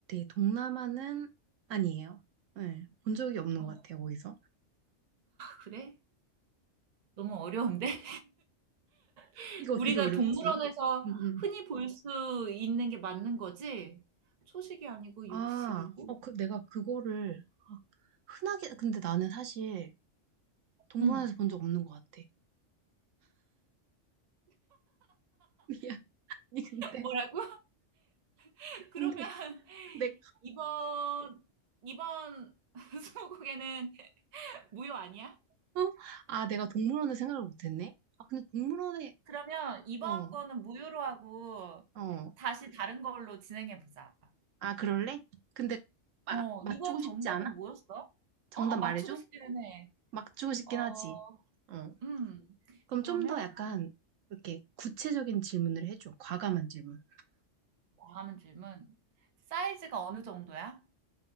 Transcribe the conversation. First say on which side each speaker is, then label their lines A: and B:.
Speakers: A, on the right; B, on the right.
A: 동남아는 아니에요. 네, 본 적이 없는
B: 어,
A: 것 같아요, 거기서.
B: 그래? 너무 어려운데? <laughs>
A: 이거
B: 우리가
A: 되게 어렵지.
B: 동물원에서
A: 응, 응.
B: 흔히 볼 수 있는 게 맞는 거지? 초식이 아니고
A: 아,
B: 육식이고?
A: 어, 그, 내가 그거를, 아, 흔하게, 근데 나는 사실 동물원에서
B: 응.
A: 본 적 없는 것 같아. <laughs> 미안. 아니, 근데,
B: 뭐라고? <laughs> 그러면
A: 근데, 내
B: 이번, 이번 <laughs> 스무고개는 무효 아니야?
A: 어? 아, 내가 동물원을 생각을 못했네? 아, 근데 동물원에,
B: 그러면 이번
A: 어,
B: 거는 무효로 하고
A: 어.
B: 다시 다른 걸로 진행해 보자.
A: 아, 그럴래? 근데, 마,
B: 어,
A: 맞추고
B: 이거 정답은
A: 싶지 않아?
B: 뭐였어?
A: 정답
B: 어, 어,
A: 말해줘?
B: 맞추고 싶기는 해.
A: 맞추고 싶긴
B: 어,
A: 하지. 어.
B: 음,
A: 그럼
B: 그러면
A: 좀 더 약간, 이렇게 구체적인 질문을 해줘. 과감한 질문.
B: 다음 질문. 사이즈가 어느 정도야?